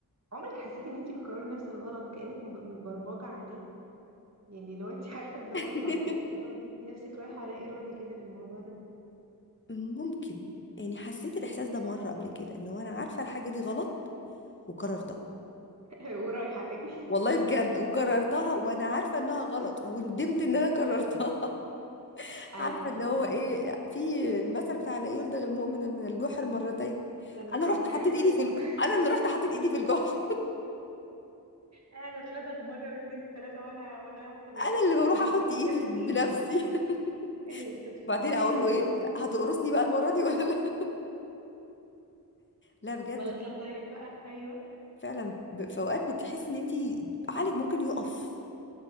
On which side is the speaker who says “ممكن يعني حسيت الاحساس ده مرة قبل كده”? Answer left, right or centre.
Left